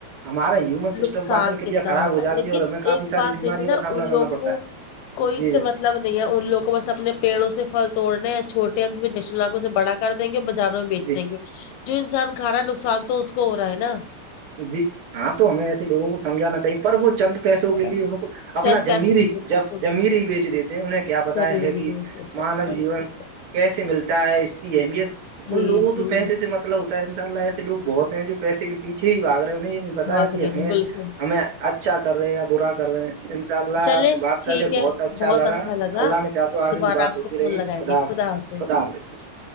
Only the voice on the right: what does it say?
ہمارے ہیومن
سسٹم پاچن کے
لیے خراب
ہو جاتی
ہے اور ہمیں کافی
ساری
بیماریوں
کا سامنا
کرنا
پڑتا
ہے
جی
جن
جی
جی ہاں تو ہمیں ایسے لوگوں کو سمجھانا چاہیے پر وہ چند پیسوں
کے
لیے ان کو اپنا
جمییر
ہی
جمیر
ہی بیچ دیتے ہیں انہیں کیا پتایا
ہے
کہ
مانو
جیون
کیسے ملتا ہے اس کی اہمیت
ان لوگوں
تو پیسے سے مطلب ان شاء اللہ ایسے لوگ بہت ہیں جو پیسے کے پیچھے ہی باگ رہے ہیں انہیں یہ بتا
ہے کہ
ہمیں
ہمیں اچھا کر رہے یا برا کر رہے ہیں انشاء اللہ
آپ سے بات
کر کے
بہت اچھا لگا
اللہ نے چاہ تو آگے
بھی بات
ہوتی
رہی
خدا
خدا حافظ